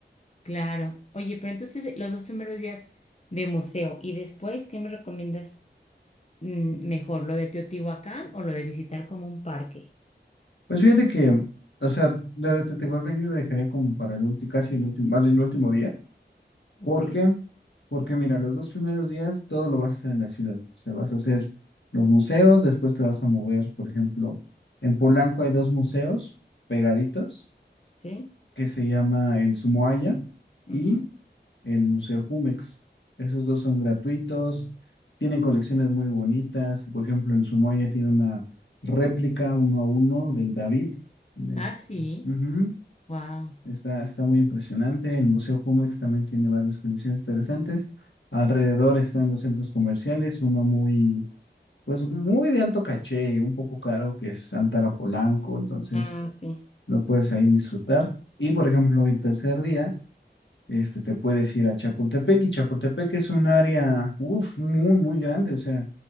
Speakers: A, on the left; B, on the left.
A: Claro. Oye, pero entonces los dos primeros días de museo y después, ¿qué me recomiendas mm, mejor? ¿Lo de Teotihuacán o lo de visitar como un parque?
B: Pues fíjate que, o sea, lo de Teotihuacán yo lo dejaría como para el último, casi el último, más bien el último día ¿Por
A: ¿Ok?
B: qué? Porque mira, los dos primeros días todo lo vas a hacer en la ciudad. O sea, vas a hacer los museos, después te vas a mover. Por ejemplo, en Polanco hay dos museos pegaditos
A: ¿Sí?
B: que se llama el Sumoaya
A: Ujú.
B: y el Museo Jumex. Esos dos son gratuitos, tienen colecciones muy bonitas. Por ejemplo, el Sumoaya tiene una réplica uno a uno del David. Este,
A: Ah, sí.
B: ujú,
A: Wow.
B: Está, está muy impresionante. El Museo Jumex también tiene varias colecciones interesantes. Alrededor están los centros comerciales, uno muy, pues muy de alto caché y un poco caro, que es Antara Polanco, entonces
A: Ah, sí.
B: lo puedes ahí disfrutar. Y por ejemplo, el tercer día, este, te puedes ir a Chapultepec y Chapultepec es un área, uf, muy, muy grande, o sea,